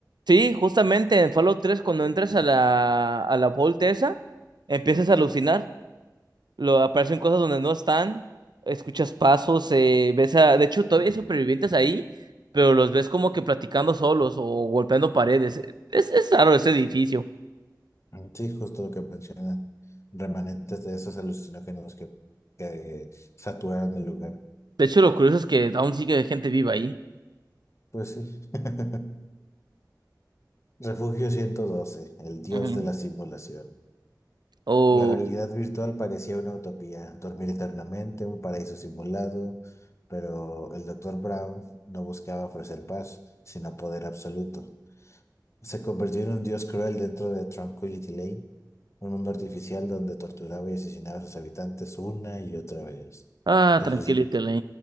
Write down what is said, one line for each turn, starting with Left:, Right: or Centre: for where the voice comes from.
Right: sí, justamente en Fallout 3 cuando entras a la, a la Vault esa, empiezas a alucinar lo, aparecen cosas donde no están, escuchas pasos, eh, ves a, de hecho todavía hay supervivientes ahí, pero los ves como que platicando solos o golpeando paredes. Es, es raro ese edificio.
Left: Mm, Sí, justo lo que menciona, remanentes de esos alucinógenos que, que saturaron el lugar.
Right: De hecho, lo curioso es que aún sigue gente viva ahí.
Left: Pues sí. <laughs> Refugio ciento doce. el dios
Right: Ujú.
Left: de la simulación.
Right: Oh,
Left: La realidad virtual parecía una utopía, dormir eternamente, un paraíso simulado, pero el doctor Brown no buscaba ofrecer paz, sino poder absoluto. Se convirtió en un dios cruel dentro de Tranquility Lane, un mundo artificial donde torturaba y asesinaba a sus habitantes una y otra vez,
Right: ah,
Left: resuci-
Right: tranquilízate,